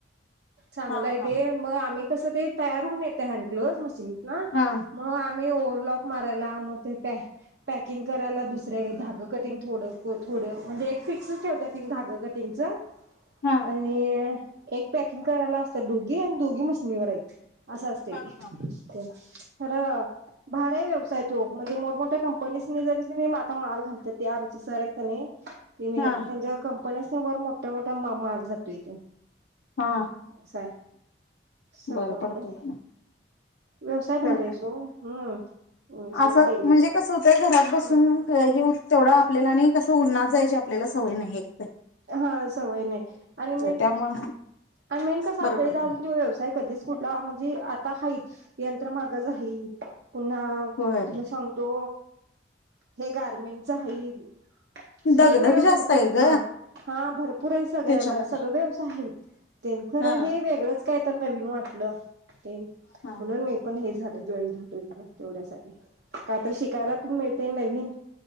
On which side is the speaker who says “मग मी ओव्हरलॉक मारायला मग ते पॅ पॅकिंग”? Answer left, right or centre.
Right